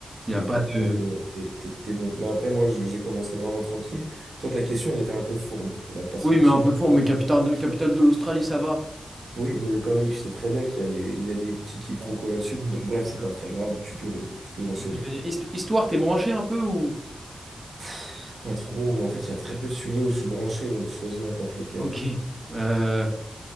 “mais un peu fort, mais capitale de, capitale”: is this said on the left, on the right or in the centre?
Right